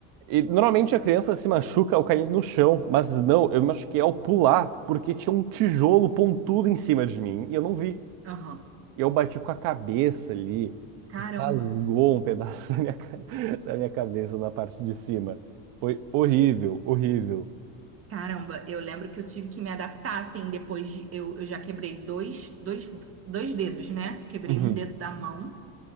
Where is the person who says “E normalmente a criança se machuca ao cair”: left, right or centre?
Right